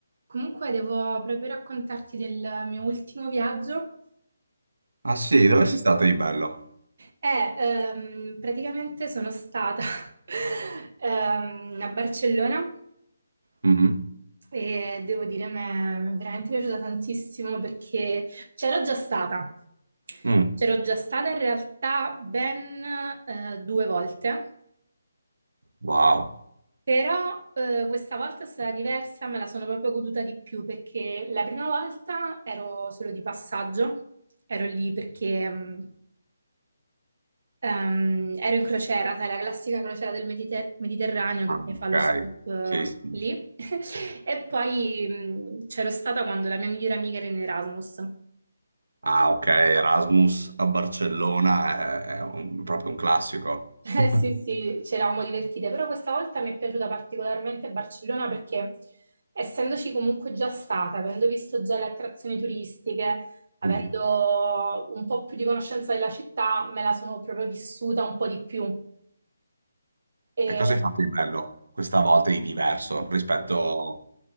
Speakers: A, on the right (about 40°); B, on the right (about 80°).
A: Comunque devo proprio raccontarti del mio ultimo viaggio.
B: Ah sì, dove sei stato di bello?
A: Eh, ehm, praticamente sono stata <laughs> ehm, a Barcellona
B: Mhm.
A: e devo dire mi è mi è veramente piaciuta tantissimo perché c'ero già stata.
B: Mm.
A: C'ero già stata in realtà ben eh, due volte
B: Wow.
A: Però eh, questa volta è stata diversa, me la sono proprio goduta di più perché la prima volta ero solo di passaggio, ero lì perché mh, ehm, ero in crociera, sai, la classica crociera del Mediter- Mediterraneo
B: Ah,
A: che
B: ok.
A: poi fa lo stop eh,
B: Sì, sì.
A: lì. <laughs> E poi mh, c'ero stata quando la mia migliore amica era in Erasmus.
B: Ah, ok, Erasmus a Barcellona è, è un- proprio un classico.
A: Eh,
B: <laughs>
A: sì, sì, ci eravamo divertite, però questa volta mi è piaciuta particolarmente Barcellona perché essendoci comunque già stata, avendo visto già le attrazioni turistiche, avendo
B: Mm.
A: un po' più di conoscenza della città, me la sono proprio vissuta un po' di più. E
B: E cosa hai fatto di bello questa volta di diverso rispetto